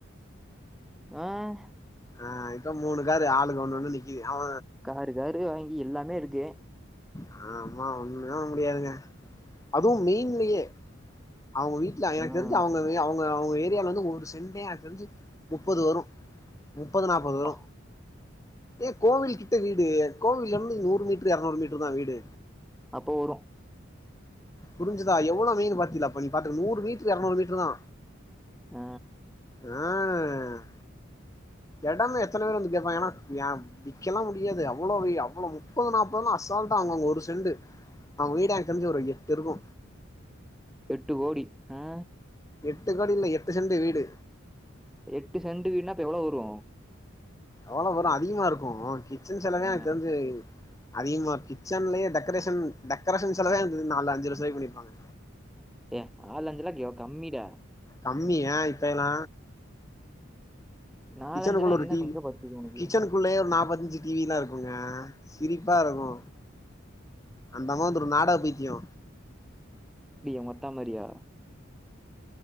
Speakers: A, in the centre; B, on the left.
A: ஆ
B: ஆ இப்போ மூணு காரு ஆளுக்கு ஒன்னு ஒன்னு நிக்கி அவ
A: காரு காரு வாங்கி எல்லாமே இருக்கு
B: நாம்லா ஒண்ணுமே வாங்க முடியாதுங்க அதுவு மெயின்லயே அவங்க வீட்ல எனக்கு
A: ம்
B: தெரிஞ்சு அவங்க அவங்க அவங்க ஏரியால வந்து ஒரு சென்டே எனக்கு தெரிஞ்சு முப்பது வரு முப்பது நாப்பது வரு
A: அப்பா
B: ஏய் கோவில் கிட்ட வீடு, கோவில்ல இருந்து நூறு மீட்டரு எரநூறு மீட்டருதா வீடு
A: அப்போ வரு
B: புரிஞ்சுதா எவ்ளோ மெயின் பாத்தில அப்ப நீ பாத்துக்க நூறு மீட்டரு எரநூறு மீட்டருதா
A: ஆ
B: ம் எடமே எத்தன பேர் வந்து கேப்பாங்க ஏனா ஏ விக்கலா முடியாது அவ்ளோ அவ்வள முப்பது நாப்பதுல்லா அசால்ட்டா வாங்வாங்க ஒரு சென்டு அவங்க வீடே எனக்கு தெரிஞ்சு ஒரு எட்டு இருக்கு
A: எட்டு கோடி ஆ
B: எட்டு கோடி இல்ல எட்டு சென்டு வீடு
A: எட்டு சென்டு வீடுனா அப்ப எவ்ளோ வரு
B: எவ்வளோ வரு அதிகமா இருக்கு கிச்சன் செலவே
A: ஆ
B: எனக் தெரிஞ்சு அதிகமா கிச்சன்லயே டெக்கரேஷன் டெக்கரேஷன் செலவே எனக்கு தெரிஞ்சு நாலு அஞ்சு லட்சரூவாய்க்கு பண்ணிருப்பாங்க
A: ஏ நாலு அஞ்சுலா எவ் கம்மிடா
B: கம்மியா இப்ப எல்லா
A: நாலஞ்சு
B: கிச்சனுக்குள்ள
A: லா என்ன
B: ஒரு டிவி
A: எங்க பத்துது உனக்கு
B: கிச்சனுக் உள்ளயே ஒரு நாப்பத்தஞ்சு குள்ளயே ஒரு நாப்பது இஞ்ச் டிவிலா இருக்குங்க சிரிப்பா இருக்கு அந்தம்மாவு இந்த நாடக பைத்தியோ
A: எப்டியே உங் அத்தா மாரியா